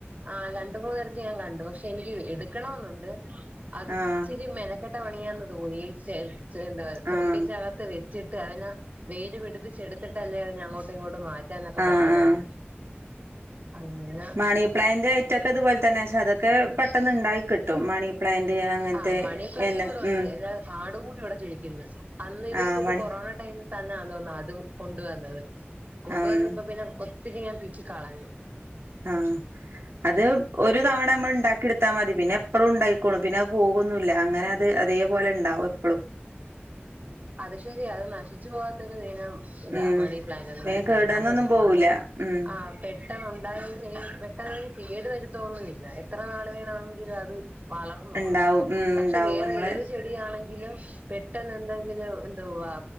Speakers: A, on the right (about 40°); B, on the right (about 85°).
A: ആ രണ്ട് മൂന്നിടത്ത് ഞാൻ കണ്ടു പക്ഷെ എനിക്ക് എടുക്കണോന്നുണ്ട് അത്
B: ആഹ്
A: ഇച്ചിരി മെന ക്കെട്ട പണിയാന്ന് തോന്നി എന്താ തൊണ്ടിന്റെ
B: ആഹ്
A: അകത്ത് വെ ച്ചിട്ട് അതിന് വേര് പിടിപ്പിച്ചെടുത്തിട്ടല്ലേ അതിനെ അങ്ങോട്ടും ഇങ്ങോട്ടും മാ റ്റാനൊക്കെ
B: ആഹ്
A: പറ്റത്തൊള്ളൂ
B: ആഹ്
A: അങ്ങനെ
B: മണി പ്ലാന്റ് ഐറ്റവൊക്കെ അതുപോലെ തന്നെയാ പക്ഷെ അതൊക്കെ പെട്ടന്ന് ഉണ്ടായി കിട്ടും മണി പ്ലാന്റ് അങ്ങനത്തെ
A: ആഹ് മണി പ്ലാന്റ്
B: എല
A: ഇവിടെ
B: ഉം
A: ഉണ്ട് എല്ലാ കാട് കൂട്ട് ഇവിടെ കിളിക്കുന്നു അന്ന് ഇതേ
B: ആഹ്
A: കൂട്ട്
B: മണി
A: കൊറോണ ടൈമിൽ തന്നെ ആന്ന്‌ തോന്ന്‌ അതും കൊണ്ട് വന്നത് കൊണ്ട്
B: ഉം
A: വന്ന്‌ ഇപ്പോ പിന്നെ ഒത്തിരി ഞാൻ പിച്ചി കളഞ്ഞു
B: ആഹ് അത് ഒരു തവണ നമ്മള് ഉണ്ടാക്കി എടുത്താ മതി പിന്നെ എപ്പളും ഉണ്ടായിക്കോളും പിന്നെ അത് പോകുവൊന്നുമില്ല അങ്ങനെ അത് അതേപോലെ ഉണ്ടാവും എപ്പളും
A: അത് ശെരിയാ അത് നശിച്ചു പോവാത്തത് ഇനം ഇതാ
B: ഉം
A: മണി പ്ലാൻ്റ് എന്ന്
B: വേഗം
A: പറയുന്നത്
B: കേടന്നൊന്നും
A: അത്
B: പോവൂല ഉം
A: ആഹ് പെട്ടെന്നുണ്ടാകുവെയും ചെയ്യും പെട്ടെന്ന് അത് കേട് വരുത്തുവൊന്നുമില്ല എത്ര നാള് വേണമെങ്കിലും അത് വളർന്നോളും
B: ഉണ്ടാവും ഉം
A: പക്ഷെ
B: ഉണ്ടാവും
A: വേറെ
B: നമ്മള്
A: ഏത് ചെടി ആണെങ്കിലും പെട്ടെന്ന് എന്തെ ങ്കിലും എന്തുവാ